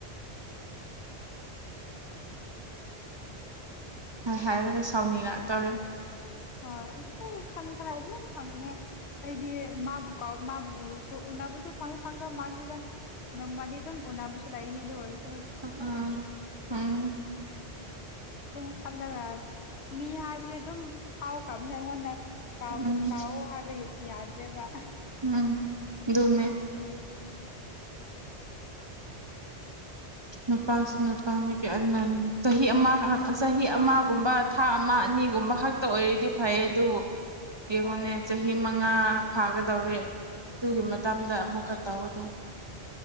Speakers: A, on the right; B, on the left.
A: ꯍꯥꯏ ꯍꯥꯏꯒ ꯁꯥꯎꯅꯤꯉꯛ ꯇꯧꯔꯦ
B: ꯍꯣꯏ ꯑꯩ ꯈꯟ ꯈꯂꯗꯤ ꯌꯥꯝ ꯁꯥꯎꯅꯤꯡꯉꯦ ꯑꯩꯗꯤ ꯃꯥꯕꯨ ꯀ ꯃꯥꯕꯨ ꯎꯔꯁꯨ ꯎꯅꯕꯨꯁꯨ ꯐꯪꯗ ꯐꯪꯗꯕ ꯃꯥꯁꯤꯗ ꯅꯪ ꯃꯥꯗꯤ ꯑꯗꯨꯝ ꯎꯅꯥꯕꯨꯁꯨ ꯂꯥꯛꯏꯅꯦ ꯑꯗꯨ ꯑꯣꯏꯔ
A: ꯑꯥ ꯎꯝ
B: <unintelligible> ꯊꯝꯂꯒ ꯃꯤ ꯍꯥꯏꯕꯗꯤ ꯑꯗꯨꯝ ꯐꯥꯎꯈ꯭ꯔꯕꯅ ꯑꯩꯉꯣꯟꯗ ꯀꯥꯎꯕ
A: ꯎꯝ
B: ꯀꯥꯎꯑꯣ ꯍꯥꯏꯕ ꯌꯥꯗ꯭ꯔꯦꯕ
A: ꯎꯝ ꯑꯗꯨꯅꯦ ꯅꯨꯄꯥꯁꯨ ꯅꯨꯄꯥꯅ ꯀ ꯆꯍꯤ ꯑꯃ ꯆꯍꯤ ꯑꯃꯒꯨꯝꯕ ꯊꯥ ꯑꯃ ꯑꯅꯤꯒꯨꯝꯕ ꯈꯛꯇ ꯑꯣꯏꯔꯤꯗꯤ ꯐꯩ ꯑꯗꯨꯕꯨ ꯌꯦꯉꯣꯟꯅꯦ
B: ꯑꯣ
A: ꯆꯍꯤ ꯃꯉꯥ ꯐꯥꯒꯗꯧꯔꯦ ꯑꯗꯨꯒꯤ
B: ꯎꯝ
A: ꯃꯇꯝꯗ
B: ꯃꯥꯅꯦ
A: ꯑꯃꯨꯛꯀ ꯇꯧꯗꯣ